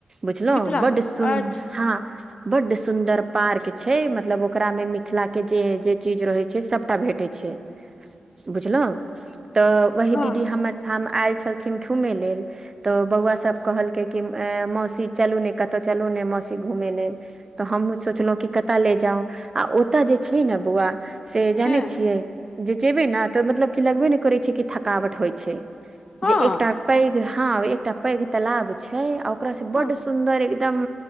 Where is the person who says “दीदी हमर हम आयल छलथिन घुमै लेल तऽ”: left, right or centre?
Right